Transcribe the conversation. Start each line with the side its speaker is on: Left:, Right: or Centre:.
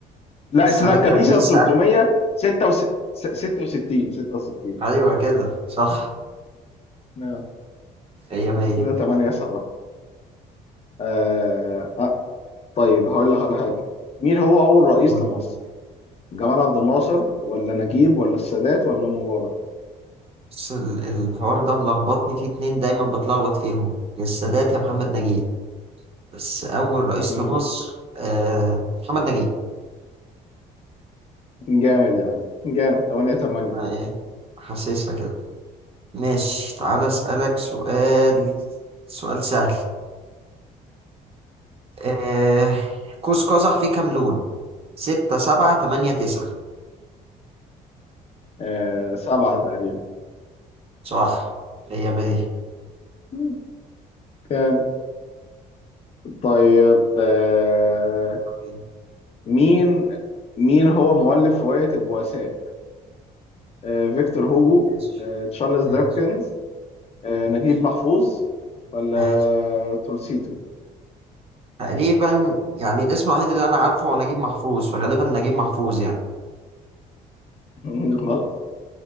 Left: لا
Right: السنة
Left: السنة الكبيسة
Right: الكبيسة
Left: 366 66 66
Right: أيوة كده صح
Left: آه.
Right: هي مية
Left: كده 8 7 آه. آه. طيب هقول لك على حاجة مين هو أول رئيس
Right: دول
Left: لمصر؟ جمال عبد الناصر ولا نجيب ولا السادات ولا مبارك؟
Right: بس ال- الحوار ده ملخبطني فيه اتنين دايما بتلخبط فيهم يا السادات يا محمد نجيب بس أول رئيس
Left: مم.
Right: لمصر آه محمد نجيب
Left: جامد يا عم جامد 8
Right: ما-
Left: 8
Right: إيه، حاسسها كده ماشي تعالى أسألك سؤال سؤال سهل آه قوس قزح فيه كام لون؟ ستة سبعة تمانية تسعة
Left: آه سبعة تقريبا
Right: صح مية مية
Left: مم. جامد طيب آه
Right: طبيعي.
Left: مين مين هو مؤلف رواية البؤساء آه فيكتور هوجو
Right: ماشي
Left: آه تشارلز
Right: ماشي
Left: ديكنز آه نجيب
Right: ماشي
Left: محفوظ ولا
Right: ماشي
Left: تولستوي
Right: تقريبا يعني الاسم الوحيد اللي أنا عارفه هو نجيب محفوظ فغالبا نجيب محفوظ يعني
Left: <laughs> غلط